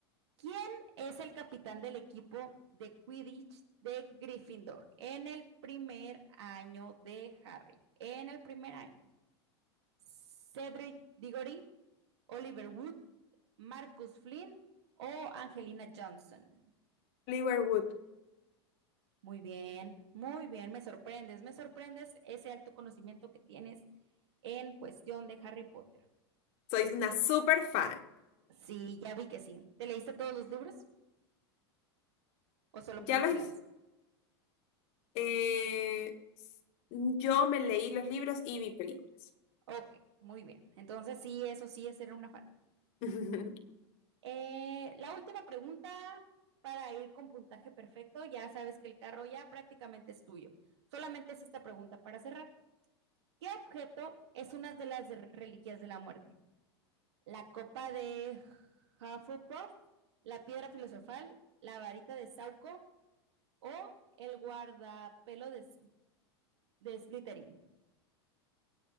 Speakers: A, on the right; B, on the left.
A: ¿Quién es el capitán del equipo de Quidditch de Gryffindor en el primer año de Harry? En el primer año. Cedric Diggory, Oliver Wood, Marcus Flynn o Angelina Johnson.
B: Oliver Wood,
A: Muy bien, muy bien, me sorprendes, me sorprendes ese alto conocimiento que tienes en cuestión de Harry Potter.
B: soy una super fan.
A: Sí, ya vi que sí. ¿Te leíste todos los libros o solo
B: Ya
A: películas?
B: lo hice. Eh, yo me leí los libros y vi películas.
A: Ok, muy bien. Entonces sí, eso sí es ser una fan.
B: <laughs>
A: Eh, la última pregunta para ir con puntaje perfecto. Ya sabes que el carro ya prácticamente es tuyo. Solamente es esta pregunta para cerrar. ¿Qué objeto es una de las reliquias de la muerte? La copa de Hufflepuff, la piedra filosofal, la varita de Sauco o el guardapelo de, S- de Slytherin.